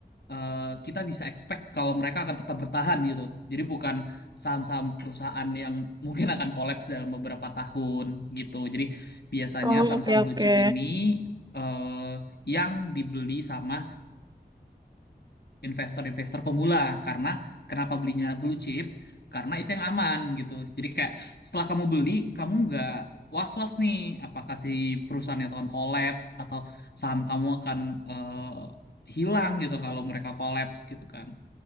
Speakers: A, on the left; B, on the right.
A: eh, kita bisa expect kalau mereka akan tetap bertahan gitu. Jadi bukan saham-saham perusahaan yang <laughs> mungkin akan collapse dalam beberapa tahun gitu. Jadi biasanya
B: oh
A: saham-saham
B: oke
A: blue
B: oke.
A: chip ini eh, yang dibeli sama investor-investor pemula karena kenapa belinya blue chip karena itu yang aman gitu jadi kayak setelah kamu beli kamu nggak was-was nih apakah si perusahaannya akan collapse atau saham kamu akan eh, hilang gitu kalau mereka collapse gitu kan